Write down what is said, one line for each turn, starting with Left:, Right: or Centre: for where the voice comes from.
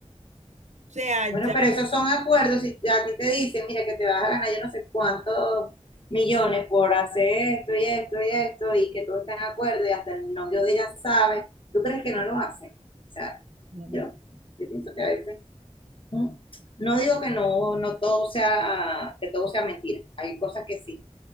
Right: sea,
Left: Bueno,
Right: ya.
Left: pero esos son acuerdos. Si a ti te dicen, mira, que te vas a ganar yo no sé cuántos millones por hacer esto y esto y esto, y que todos estén de acuerdo y hasta el novio de ella sabe, ¿tú crees que no lo hacen? O sea,
Right: Sí,
Left: yo, yo pienso que a veces, ¿no? no digo que no, no todo sea, que todo sea mentira, hay cosas que sí,